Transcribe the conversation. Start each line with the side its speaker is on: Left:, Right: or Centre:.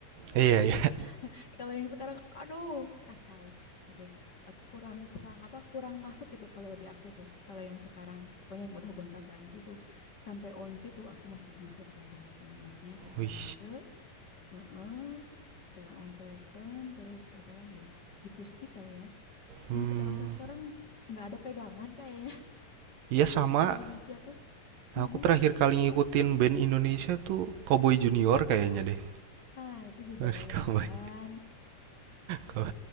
Right: Iya iya.
Left: <laughs> Kalau yang sekarang aduh kacau gitu. Aku kurang kurang apa kurang masuk gitu kalau di aku tuh. Kalau yang sekarang pokoknya yang udah gonta-ganti tuh sampai Once tuh aku masih masuk ya Dewa 19-nya sampai
Right: <laughs> Wih.
Left: Once, heeh. Sheila on Seven terus apa lagi ya? Jikusti kali ya
Right: Mmm,
Left: yang sekarang-sekarang nggak ada pegangan kayaknya
Right: iya sama,
Left: <laughs> di Indonesia tuh. Mm-mm,
Right: aku terakhir kali ngikutin band Indonesia tuh Cowboy Junior
Left: mm-mm.
Right: kayaknya deh.
Left: Nah, itu juga
Right: <laughs>
Left: lumayan,
Right: Cowboy Cow